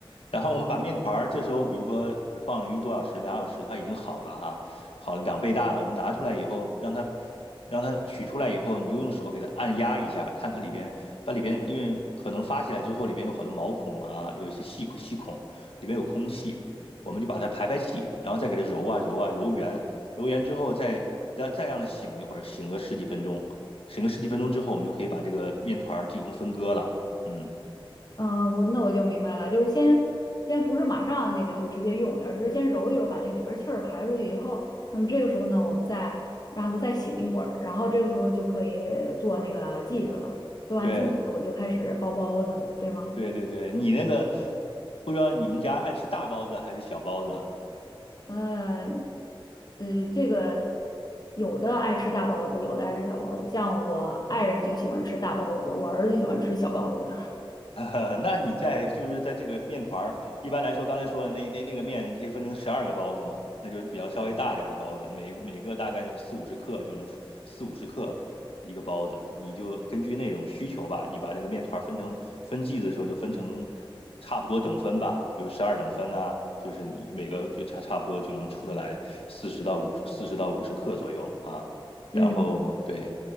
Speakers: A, on the left (about 80°); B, on the left (about 45°).
A: 然后我们把面团儿这时候，比如说放了一多小时、两小时，它已经好了哈，好了两倍大了。我们拿出来以后，让它让它取出来以后，你就用手给它按压一下，看看里边，把里边因为可能发起来之后，里边有好多毛孔啊，有一些细细孔，里边有空气，我们就把它排排气，然后再给它揉啊揉啊揉圆，揉圆之后再让再让它醒一会儿，醒个十几分钟，醒个十几分钟之后，我们就可以把这个面团儿进行分割了。嗯，
B: 嗯，我那我就明白了，就是先先不是马上那个就直接用，而是先揉一揉，把那里面气儿排出去以后，那么这个时候呢，我们再让它再醒一会儿，然后这个时候就可以做那个剂子了。做完剂子，
A: 对。
B: 我就开始包包子了，对吗？
A: 对对对，你那个不知道你们家爱吃大包子还是小包子？
B: 呃，呃，这个有的爱吃大包子，有的爱吃小包子，像我爱人就喜欢吃大包子，我儿子就喜欢吃小包子。
A: <laughs> 呃那你在就是在这个面团儿，一般来说，刚才说的那那那个面，你可以分成十二个包子嘛，那就是比较稍微大一点儿的包子，每个每个大概有四五十克就能出四五十克一个包子，你就根据那种需求吧，你把这个面团儿分成分剂子的时候就分成差不多等分吧，比如十二等分啊，就是你每个就差差不多就能出得来四十到五十四十到五十克左右啊，
B: <laughs> 嗯，
A: 然后对